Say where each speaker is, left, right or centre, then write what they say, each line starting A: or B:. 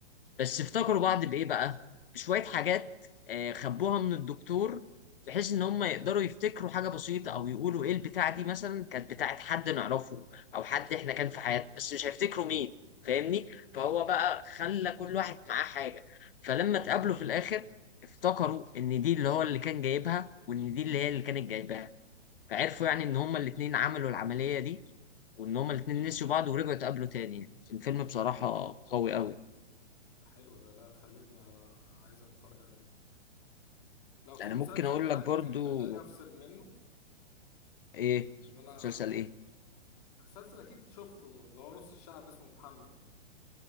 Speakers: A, on the left; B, on the left.
A: بس افتكروا بعض بايه بقى شويه حاجات آه، خبوها من الدكتور بحيث ان هم يقدروا يفتكروا حاجه بسيطه او يقولوا ايه البتاعه دي مثلا كانت بتاعه حد نعرفه او حد احنا كان في حياتنا بس مش هيفتكروا مين فاهمني فهو بقى خلى كل واحد معاه حاجه فلما اتقابلوا في الاخر افتكروا ان دي اللي هو اللي كان جايبها وان دي اللي هي اللي كانت جايباها فعرفوا يعني ان هما الاتنين عملوا العمليه دي وان هما الاتنين نسيوا بعض ورجعوا اتقابلوا تاني الفيلم بصراحه قوي قوي
B: ده حلو ده لا خلتني عايز اتفرج عليه لو في
A: انا
B: مسلسل
A: ممكن اقول
B: كمان
A: لك برضو
B: كان خلاني افصل منه
A: ايه
B: ان انا
A: مسلسل ايه
B: مسلسل اكيد شفته اللي هو نص الشعب اسمه محمد